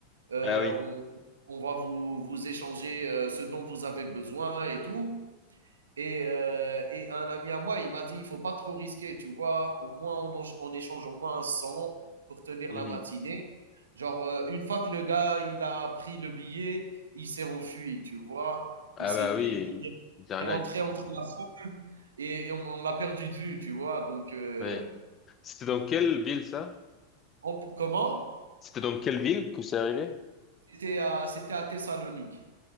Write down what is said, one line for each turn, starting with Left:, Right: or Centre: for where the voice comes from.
Right: Euh,
Left: Ah oui.
Right: on, on va vous, vous échanger euh, ce dont vous avez besoin et tout. Et, euh, et un ami à moi, il m'a dit, il faut pas trop risquer, tu vois. Au moins, on, en- on échange au moins un 100 pour tenir
Left: Mhm.
Right: la matinée. Genre, euh, une fois que le gars, il a pris le billet, il s'est enfui, tu vois.
Left: Ah
Right: Il s'est,
Left: bah
Right: il,
Left: oui,
Right: il
Left: Jarnac.
Right: est rentré entre la foule et, et on, on l'a perdu de vue, tu vois. Donc, euh,
Left: Oui. C'était dans quelle ville ça?
Right: on- comment?
Left: C'était dans quelle ville que c'est arrivé?
Right: C'était à, c'était à Thessalonique.